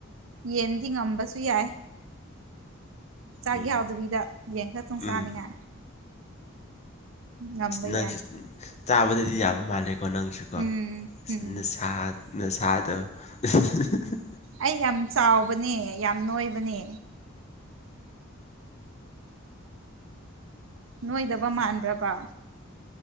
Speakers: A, on the right (about 70°); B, on the left (about 35°).
A: ꯌꯦꯟꯗꯤ ꯉꯝꯕꯁꯨ ꯌꯥꯏ ꯆꯥꯛ
B: ꯎꯝ
A: ꯌꯥꯎꯗꯕꯤꯗ ꯌꯦꯟ ꯈꯇꯪ
B: ꯎꯝ
A: ꯆꯥꯅꯤꯡꯉꯦ ꯉꯝꯕ
B: ꯅꯪꯁꯨ
A: ꯌꯥꯏ
B: ꯆꯥꯕꯗꯗꯤ ꯌꯥꯕ ꯃꯥꯜꯂꯦꯀꯣ ꯅꯪꯁꯨꯀꯣ
A: ꯎꯝ
B: ꯑꯁ
A: ꯎꯝ
B: ꯅꯁꯥ ꯅꯁꯥꯗꯣ <unintelligible>
A: ꯑꯩ ꯌꯥꯝ ꯆꯥꯎꯕꯅꯦ ꯌꯥꯝ ꯅꯣꯏꯕꯅꯦ꯫ ꯅꯣꯏꯗꯕ ꯃꯥꯟꯕ꯭ꯔꯕꯥ